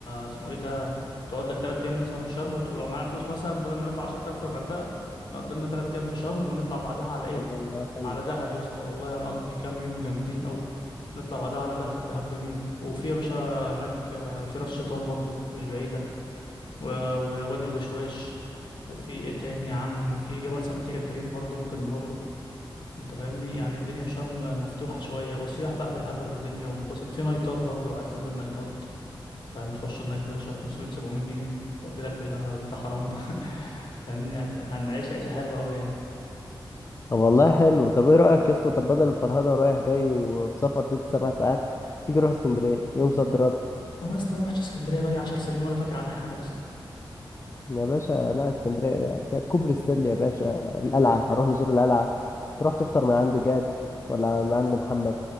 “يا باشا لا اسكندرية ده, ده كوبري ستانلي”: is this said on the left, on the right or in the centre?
Left